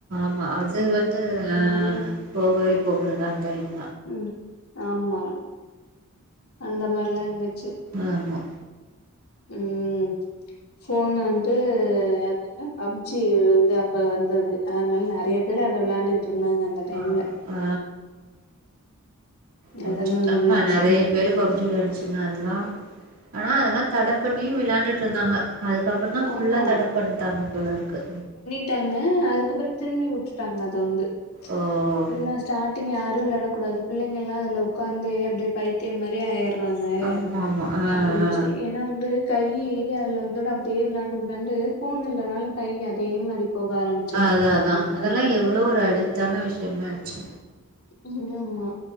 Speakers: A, on the right (about 75°); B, on the left (about 80°).
A: ஆமா அது வந்து ஆ
B: ம்
A: போகவே போகலதா டைம்
B: ம் ஆமா அந்த மாரிலா இருந்துச்சி
A: ஆமா
B: ம் ஃபோன் வந்து அது என்ன பப்ஜி வந்து அப்ப வந்தது அதனால நெறையா பேரு அத விளாண்டுகிட்டு இருந்தாங்க அந்த டைம்ல
A: ஆ ஆ ஆ போச்சு
B: அதெல்லா இருந்துச்சு
A: ஆமா நெறைய
B: ம்
A: பேரு பப்ஜி வந்ச்சி ஆனா அதெல்லா ஆனா அதெல்லா தட பண்ணியு விளாண்டுட்டு இருந்தாங்க அதுக்கப் இப்பன்னா ஃபுல்லா
B: ஆமா
A: தட பண்ட்டாங்க போல இருக்கு
B: வுட்டாங்க அதுக்கப்றோ திரும்பி வுட்டுட்டாங்க அத வந்து
A: ஓ
B: எப்டின்னா ஸ்டார்டிங் யாரு விளையாடக் கூடாது பிள்ளைங்கல்லா அதுல உக்காந்து அப்டியே பை த்தியோ மாரி ஆயர்றாங்க
A: ஆமா ஆமா ஆ
B: அப்டின்னு
A: ஆ ஆ
B: சொல்லி ஏன்னா வந்து கை அதுல வந்தது அப்டியே விளாண்டு விளாண்டு ஃபோன் இல்லனால கை அதே மாரி போக ஆரம்
A: ஆ அதா அதா அதெல்லா எவ்ளோ ஒரு அடிக்டான விஷயமாயிடுச்சி
B: ம் ஆமா